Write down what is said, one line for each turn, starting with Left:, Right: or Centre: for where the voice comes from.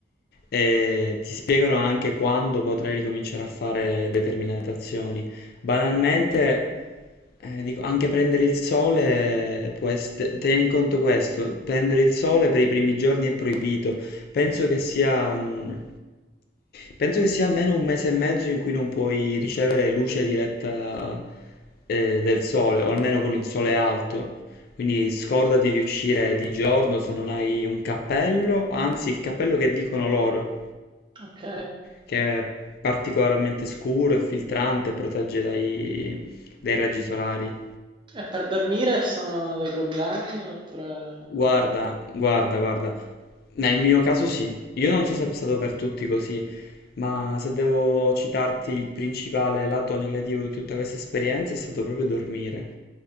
Left: E ti spiegano anche quando potrai ricominciare a fare determinate azioni. Banalmente, eh, dico, anche prendere il sole può essere, tieni conto questo, prendere il sole per i primi giorni è proibito, Penso che sia, mh, penso che sia almeno un mese e mezzo in cui non puoi ricevere luce diretta, eh, del sole, o almeno con il sole alto. Quindi scordati di uscire di giorno se non hai un cappello, anzi il cappello che dicono loro,
Right: Ok.
Left: che è particolarmente scuro e filtrante e protegge dai, dai raggi solari.
Right: E per dormire ci sono dei problemi oppure
Left: Guarda,
Right: no?
Left: guarda, guarda. Nel mio caso sì. Io non so se è stato per tutti così, Ma se devo citarti il principale lato negativo di tutta questa esperienza è stato proprio dormire.